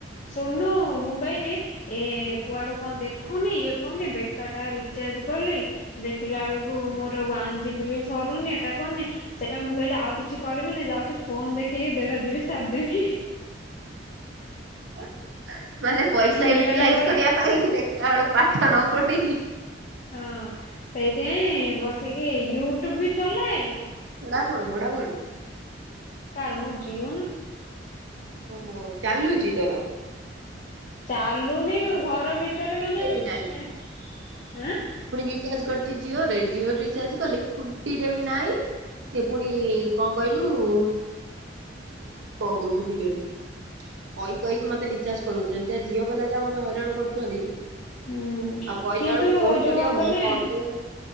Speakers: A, on the left; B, on the right.
A: ଶୁଣୁନୁ ମୁଁ କହିବି ଏଁ
B: ହୁଁ
A: କୁଆଡୁ କଣ ଦେଖ। ଦେଖୁନି ଇଏ କରୁନି ବେକାର ଟାରେ ରିଚାର୍ଜ କଲି ଦେଖିଲା ବେଳକୁ
B: ହୁଁ
A: ମୋର ୱାନ ଜିବି ବି ସରୁନି ଏଟା କରୁନି ସେଇ ପାଇଁ ମୁଁ କହିଲି ଆଉ କିଛି। କରିବି ନି ଯାଉଛି ଫୋନ ଦେଖିକି ଦେଢ ଯିବି ସାରିଦବି ହିଁ ହି।
B: ନହେଲେ ପଇସା
A: ମୁଁ
B: ୟୁଟିଲାଇଜ
A: ଇଆଡେ ପରେ
B: କରିବା। ପାଇଁ ଦେଖିଲା ବେଳକୁ ପାଠ ନ ପଢିକି।
A: ହଁ ସେଇଥିପାଇଁ
B: ହୁଁ
A: ବସିକି ୟୁ ଟ୍ୟୁବ ବି ଚଲାଏ।
B: Voda phone Vodafone.
A: କାର ମୋର ଜିଓ ନା।
B: ଓହୋ ଚାଲୁଚି ତୋର।
A: ଚାଲୁନି
B: ମୋର
A: ଘର
B: ବା ଟୁଣ୍ଟିରେ
A: ଭିତରେ ମାନେ
B: ବି ନାହିଁ
A: ଏ ଏଁ।
B: ପୁଣି ରିଚାର୍ଜ କରିଛି ଜିଓରେ ଜିଓ ରିଚାର୍ଜ କଲି ଖୁଣ୍ଟି ଟେ ବି ନାଇଁ। ସିଏ ପୁଣି କଣ କହିଲୁ କଣ କହୁଥିଲି ଭୁଲି ଗଲି। କହି କହିକି ମତେ ରିଚାର୍ଜ କରୁଉଛନ୍ତି ଯାହା ଯିଓ ବାଲା ଯାହା ମତେ ହଇରାଣ କରୁଛନ୍ତି।
A: ହୁଁ
B: ଆଉ କହିଲା
A: କିନ୍ତୁ
B: ବେଳକୁ କୋର୍ଟ
A: ଯୋଉ
B: କରିବା
A: କଁ
B: ହଁ
A: କନି।
B: କରିଦଉନ